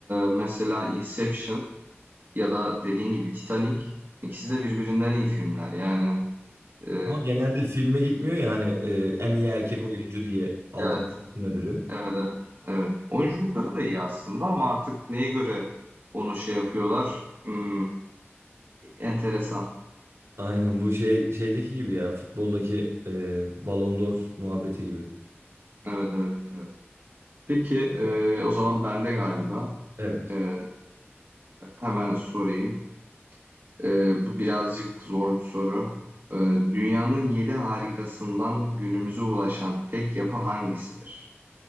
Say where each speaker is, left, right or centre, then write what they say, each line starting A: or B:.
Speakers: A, on the right; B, on the right.
A: mesela Inception ya da dediğin gibi Titanic ikisi de birbirinden iyi filmler yani. E,
B: Ama genelde filme gitmiyor ya hani e, en iyi erkek oyuncu diye aldık
A: evet
B: bütün ödülü.
A: Evet evet. Evet. Oyunculukları da iyi aslında ama artık neye göre onu şey yapıyorlar? Hmm, enteresan.
B: Aynen bu şey şeydeki gibi ya futboldaki e, Ballon d'Or muhabbeti gibi.
A: Evet evet evet. Peki e, o zaman bende galiba.
B: Evet.
A: E, e, hemen sorayım. E, bu birazcık zor bir soru. E, dünyanın yedi harikasından günümüze ulaşan tek yapı hangisidir?